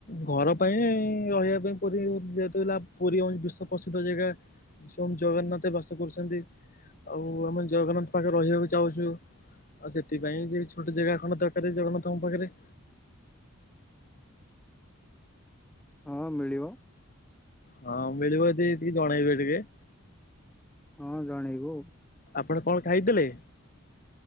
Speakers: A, on the left; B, in the centre.
A: ଘର ପାଇଁ ରହିବା ପାଇଁ ପୁରୀ ଯେହତ ପୁରୀଞ୍ଜ ବିଶ୍ଵ ପ୍ରସିଦ୍ଧ ଜାଗା। ସୁ ଜଗନ୍ନାଥ ବାସ କରୁଛନ୍ତି ଆଉ ଆମେ ଜଗନ୍ନାଥ ପାଖରେ ରହିବାକୁ ଚାହୁଁଛୁ। ଆଉ ସେଥିପାଇଁ ଯ ଛୋଟ ଜାଗା ଖଣ୍ଡ ଦରକାର ଜଗନ୍ନାଥଙ୍କ ପାଖରେ।
B: ହଁ ମିଳିବ।
A: ହଁ ମିଳିବ ଦି ଟିକେ ଜଣେଇବେ ଟିକେ।
B: ହଁ ଜଣେଇବୁ ଆଉ।
A: ଆପଣ କଣ ଖାଇଥିଲେ?